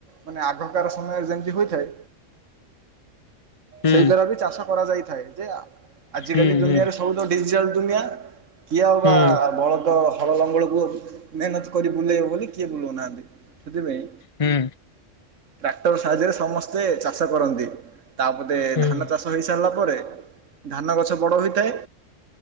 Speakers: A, on the right; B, on the left.
A: ମାନେ ଆଗକାର ସମୟରେ ଯେମିତି ହୋଇଥାଏ।
B: ହୁଁ
A: ସେଇ ଦ୍ଵାରା ବି ଚାଷ କରାଯାଇଥାଏ ଯେ ଆଜିିକାଲି
B: ହୁଁ ହୁଁ ହୁଁ
A: ଦୁନିଆରେ ବହୁତ ଡିଜିଟାଲ ଦୁନିଆ କିଏ ହଉ
B: ହୁଁ
A: ବା
B: ହୁଁ ହୁଁ
A: ବଳ ତ ହଳ ଲଙ୍ଗଳକୁ ମେହନତ କରି ବୁଲେଇବ ବୋଲି କିଏ ବୁଲଉନାହାନ୍ତି ସେଥିପାଇଁ
B: ହୁଁ।
A: ଟ୍ରାକ୍ଟର ସାହାଯ୍ୟରେ ସମସ୍ତେ ଚାଷ କରନ୍ତି ତାପରେ
B: ହଁ ହୁଁ
A: ଧାନ ଚାଷ ହେଇସାରିଲା ପରେ ଧାନ ଗଛ ବଡ଼ ହୋଇଥାଏ।